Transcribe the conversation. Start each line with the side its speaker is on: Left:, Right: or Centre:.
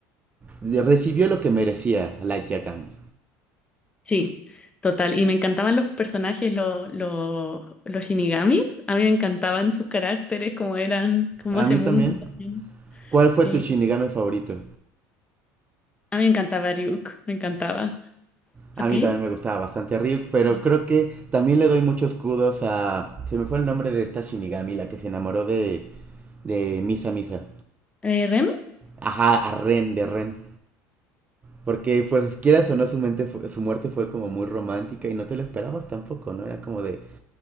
Right: Recibió lo que merecía Light Yagami.
Left: Sí, total. Y me encantaban los personajes, lo- lo- los shinigamis. A mí me encantaban sus caracteres, cómo eran, cómo
Right: A
Left: ese
Right: mí
Left: mundo.
Right: también.
Left: también.
Right: ¿Cuál fue
Left: Sí,
Right: tu Shinigami favorito?
Left: a mí me encantaba Ryuk, me encantaba.
Right: A
Left: ¿A ti?
Right: mí también me gustaba bastante a Ryuk, pero
Left: Sí.
Right: creo que también le doy muchos kudos a... Se me fue el nombre de esta Shinigami, la que se enamoró de, de Misa Misa.
Left: Eh, ¿Rem?
Right: Ajá, a Ren, de Ren. Porque, pues, quieras o no, su, mente fu- su muerte fue como muy romántica y no te lo esperabas tampoco, ¿no? Era como de,